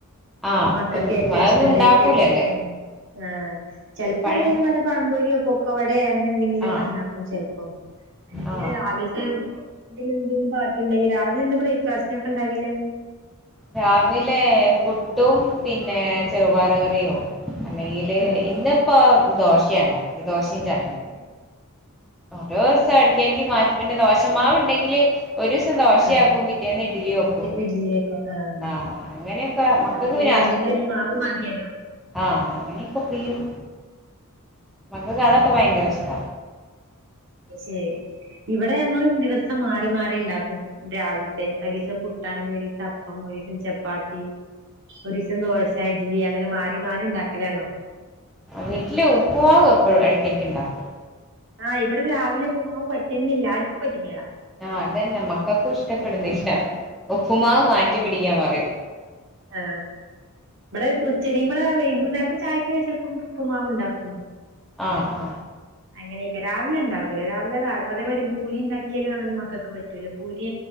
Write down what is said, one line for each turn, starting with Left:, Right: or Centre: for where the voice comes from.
Centre: ആ
Right: മക്കള്കേറ്റോ
Centre: ഉം, അതൊന്നും
Right: ഇഷ്ടം
Centre: ഉണ്ടാക്കൂലല്ലേ
Right: ബേക്കറി മ് ആഹ് ചിലപ്പോ
Centre: പഴം
Right: എന്തേലും വല്ല പഴപൊരിയോ പോക്കാവട അങ്ങനെ എന്തെങ്കിലും
Centre: ആ
Right: ഒക്കെ ഉണ്ടക്കും ചിലപ്പോ അല്ലെപിന്നെ
Centre: ആ
Right: രാവിലെ എന്തിലും എന്തെലും ബാക്കി ഉണ്ടെങ്കിൽ രാവിലെ എന്ത ബ്രേക്ക്ഫാസ്റ്റിനൊക്കെ ഉണ്ടാക്കല്
Centre: രാവിലെ പുട്ടും പിന്നെ ചെറുപയരുകറി യോ അല്ലെങ്കില്
Right: ആഹ്
Centre: ഇന്ന് ഇപ്പോ ദോശയ ഉണ്ടക്കിത് ദോശയും ചട്നി
Right: മ്
Centre: ഓരോ ദിവസം ഇടക്ക്ടക്ക് മാറ്റും പിന്നെ ദോഷമാവുണ്ടെങ്കില് ഒരുസം ദോശയാക്കും
Right: ആഹ്
Centre: പിറ്റേന്ന് ഇഡ്ലിക്കും
Right: ഇഡ്ലിയൊക്കെ ആഹ്
Centre: ആ അങ്ങനെയൊക്കെ മക്കക്ക്
Right: അപ്പൊ പിന്നെ
Centre: പി
Right: രണ്ടിനും ഒരു മാവ് മതിയല്ലോ
Centre: ആ അങ്ങനെയൊക്കോപ്പിക്കും മക്കക്ക് അതോക്കെ ഭയങ്കര ഇഷ്ട
Right: അ ശരി ഇവിടെ ഞങ്ങൾ ദിവസം മാറി മാറി ഇ ണ്ടാക്കും രാവിലത്തെ ഒരു ദിവസം പുട്ടാണെങ്കിൽ ഒരു ദിവസം അപ്പം ഒരുസം ചപ്പാത്തി ഒരീസം ദോശ ഇഡ്ലി അങ്ങനെ മാറി മാറി ഇണ്ടാക്കലാണോ
Centre: വീട്ടിലെ ഉപ്പുമാവ് എപ്പോഴും ഇടക്കിടക്ക് ഉണ്ടാക്കും
Right: ആഇവിടെ രാവിലെഉപ്പ് മാവ് പറ്റന്നില്ല ആർക്കും പറ്റൂല
Centre: ആ അതന്നെ മക്കൾക്കും ഇഷ്ടപ്പെടുന്നില്ല
Right: ഏഹ്
Centre: ഉപ്പുമാവ് മാറ്റി പിടിക്കാൻ പറയും
Right: ആ ഇവിടെ ഉച്ചരിയുമ്പോള വെയ്കുനേരത്തെ ചാ ക്ക് ചെലപ്പം ഉപ്പുമാവ് ഉണ്ടാക്കും
Centre: അ അ
Right: അങ്ങനെയൊക്കെ രാവിലെ ഇണ്ടാക്കൂലേ രാവിലെ അത് അതേപോലെ പൂരി ഇണ്ടാക്കിയാലും അങ്ങനെ മക്കൾക്ക് പറ്റൂല പൂരി